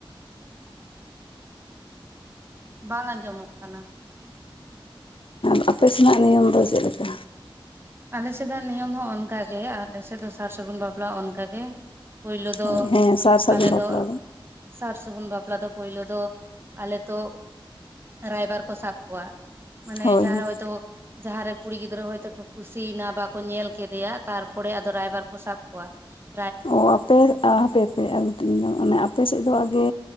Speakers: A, on the right; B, on the left.
A: ᱵᱟᱝ ᱟᱸᱡᱚᱢᱚᱜ ᱠᱟᱱᱟ ᱾
B: ᱟᱫᱚ ᱟᱯᱮ ᱥᱮᱱᱟᱜ ᱱᱤᱭᱚᱢ ᱫᱚ ᱪᱮᱫ ᱞᱮᱠᱟ?
A: ᱟᱞᱮ ᱥᱮᱫᱟᱜ ᱱᱤᱭᱚᱢ ᱦᱚᱸ ᱚᱱᱠᱟ ᱜᱮ ᱟᱞᱮ ᱥᱮᱫ ᱫᱚ ᱥᱟᱨ ᱥᱟᱹᱜᱩᱱ ᱵᱟᱯᱞᱼᱟ ᱚᱱᱠᱟ ᱜᱮ ᱾ ᱯᱳᱭᱞᱳ ᱫᱚ
B: ᱦᱳᱭ ᱦᱮᱸ ᱥᱟᱨ ᱥᱟᱹᱜᱩᱱ
A: ᱟᱞᱮ ᱫᱚ
B: ᱵᱟᱯᱞᱟ
A: ᱥᱟᱨ ᱥᱟᱹᱜᱩᱱ ᱵᱟᱯᱞᱟ ᱫᱚ ᱯᱳᱭᱞᱳ ᱫᱚ ᱟᱞᱮ ᱛᱚ ᱨᱟᱭᱵᱟᱨ ᱠᱚ ᱥᱟᱵ ᱠᱚᱣᱟ ᱾ ᱢᱟᱱᱮ
B: ᱦᱳᱭ
A: ᱡᱟᱦᱟᱸ
B: ᱦᱮᱸ
A: ᱨᱮ ᱦᱚᱳᱭᱛᱳ ᱡᱟᱦᱟᱸᱨᱮ ᱠᱩᱲᱤ ᱜᱤᱫᱽᱨᱟᱹ ᱦᱚᱭᱛᱳ ᱠᱩᱥᱤᱭᱮᱱᱟ ᱵᱟᱠᱚ ᱧᱮᱞ ᱠᱮᱫᱮᱭᱟ ᱛᱟᱨᱯᱚᱨᱮ ᱟᱫᱚ ᱨᱟᱭᱵᱟᱨ ᱠᱚ ᱥᱟᱵ ᱠᱚᱣᱟ ᱾
B: ᱚ ᱟᱯᱮ ᱦᱟᱯᱮ ᱦᱟᱯᱮ ᱟᱨ ᱢᱴᱤᱝ ᱫᱚ ᱢᱟᱱᱮ ᱟᱯᱮ ᱥᱮᱫ ᱫᱚ ᱟᱜᱮ